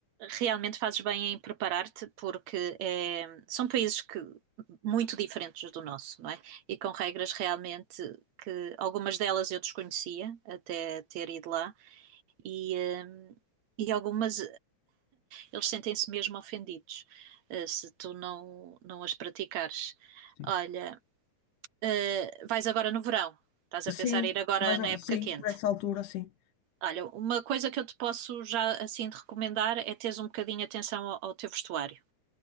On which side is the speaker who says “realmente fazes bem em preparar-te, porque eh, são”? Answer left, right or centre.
Right